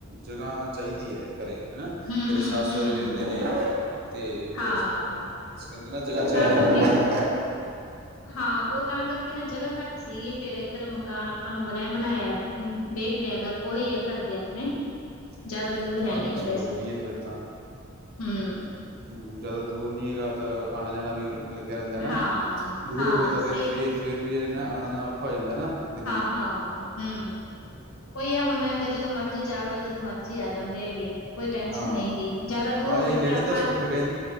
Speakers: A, on the right; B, on the left.
A: ਜਗਾ ਚਾਈਦੀ ਐ। ਘਰੇ, ਹੈਨਾ
B: ਹੂੰ
A: ਘਰੇ
B: ਹੂੰ
A: ਸੱਸ-
B: ਹੂੰ
A: ਸੋਹਰੇ ਵੀ ਹੁੰਦੇ ਨੇ, ਤੇ ਫੇਰ
B: ਹਾਂ
A: ਇਸ ਕਰਕੇ ਨਾ ਜਗਾ ਚਾਈਦੀ
B: ਤਾਂ ਕਰਕੇ ਹਾਂ, ਓ ਤਾਂ ਕਰਕੇ ਨਾ ਜਗ੍ਹਾ ਘੱਟ ਸੀ ਗੀ, ਫੇਰ ਏਧਰ ਮਕਾਨ ਆਪਾਂ ਨੂੰ ਬਨੇਆ ਬਨਾਏਆ ਦੇਖ ਲੇਆ ਗਾ ਕੋਲੇ ਈ ਆ ਘਰ ਦੇ ਆਪਨੇ
A: <inaudible>
B: ਜਾਦਾ ਦੂਰ
A: ਹਾਂ
B: ਹੈ ਨੀ
A: ਨਹੀਂ ਚਲੋ
B: ਗਾ ਵੈਸੇ,
A: ਵਧੀਆ ਫਿਰ ਤਾਂ
B: ਹੂੰ।
A: ਹੂੰ। ਜਾਦਾ ਦੂਰ ਨੀ ਹੈਗਾ ਤਾਂ ਆਣਾ ਜਾਣਾ ਵੀ ਲੱਗ ਗਾ ਰੈਂਦਾ ਨਾ।
B: ਹਾਂ,
A: ਦੂਰ
B: ਹਾਂ
A: ਹੋਵੇ ਤਾਂ
B: ਸਹੀ
A: ਫੇਰ ਫੇਰ ਫੇਰ ਵੀ ਏ ਨਾ ਆਣਾ ਜਾਣਾ ਔਖਾ ਹੋ ਜਾਂਦਾ ਐਨਾ ਦਿਨੇ।
B: ਹਾਂ ਹੂਂ। ਉਈ ਆ ਹੁਣ ਗ ਜਦੋਂ ਮਰਜੀ ਜਾ ਵੜੋ ਜਦੋਂ ਮਰਜੀ ਆ ਜਾਂਦੇ ਹੈਗੇ। ਕੋਈ ਟੈਨਸ਼ਨ
A: ਹਾਂ।
B: ਨਹੀਂ ਗੀ, ਜ਼ਿਆਦਾ ਦੂਰ
A: ਹਾਂ
B: ਹੋਵੇ
A: ਏ ਨੇੜੇ
B: ਫਿਰ ਆਪਾਂ
A: ਦਾ ਸੁੱਖ ਹੈਗਾ ਜੀ